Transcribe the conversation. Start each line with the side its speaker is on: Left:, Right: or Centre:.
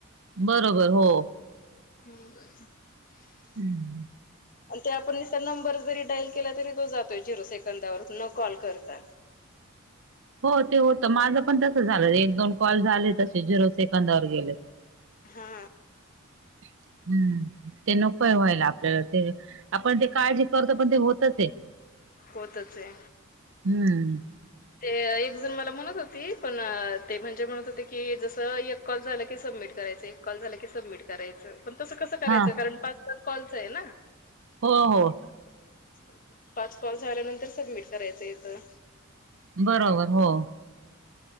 Right: बरोबर हो
Left: <unintelligible>
Right: हम्म
Left: ते आपण निस्त नंबर जरी डाईल केला तरी तो जातोय झिरो सेकंदावर न कॉल करता
Right: हो ते होत माझं पण तस झालं एक दोन कॉल झाले तसे झिरो सेकंदावर गेलेत <unintelligible>
Left: हा
Right: हम्म ते नकोय व्हायला आपल्याला ते आपण ते काळजी करतो पण ते होतच ये
Left: होतच ये
Right: हम्म
Left: ते एक जण मला म्हणत होती पण ते म्हणजे म्हणत होते की जस एक कॉल झालं की सबमिट करायचं, एक कॉल झालं की सबमिट करायचं पण तसं कसं करायचं
Right: हा
Left: कारण पाच, पाच कॉलचं आहे ना
Right: हो, हो
Left: <unintelligible> पाच कॉल झाल्यानंतर सबमिट करायचं येतं
Right: बरोबर हो